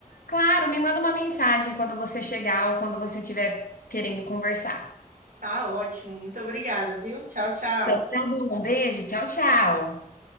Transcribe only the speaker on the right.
tá ótimo. Muito obrigada, viu? Tchau, tchau.